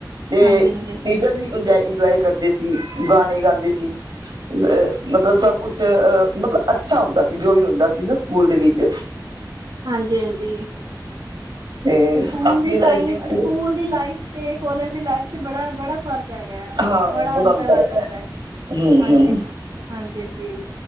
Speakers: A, on the right (about 70°); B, on the right (about 85°).
A: ਤੇ,
B: ਹਾਂਜੀ ਹਾਂਜੀ
A: ਟੀਚਰ ਵੀ ਇੰਜੋਏ ਕਰਦੇ ਸੀ। ਗਾਣੇ ਗਾਉਂਦੇ ਸੀ। ਅ, ਮਤਲਬ ਸਭ ਕੁਛ, ਅ ਮਤਲਬ ਅੱਛਾ ਹੁੰਦਾ ਸੀ, ਜੋ ਵੀ ਹੁੰਦਾ ਸੀ ਨਾ, ਸਕੂਲ ਦੇ ਵਿੱਚ
B: ਹਾਂਜੀ- ਹਾਂਜੀ।
A: ਤੇ
B: ਸਕੂਲ
A: ਆਪਣੀ
B: ਦੀ
A: ਲਾਈਫ
B: ਟਾਈਮ,
A: ਵਿੱਚ
B: ਸਕੂਲ ਦੀ ਲਾਈਫ ਤੇ, ਕਾਲੇਜ ਦੀ ਲਾਈਫ ਚ, ਬੜਾ -ਬੜਾ ਫ਼ਰਕ। ਹੈਗਾ ਹੈ,
A: ਹਾਂ, ਬੜਾ ਅੰਤਰ,
B: ਆ
A: ਹੈਗਾ
B: ਜਾਂਦਾ ਹੈ
A: ਹਮ
B: ਹਾਂਜੀ
A: -ਹਮ।
B: ਹਾਂਜੀ ਜੀ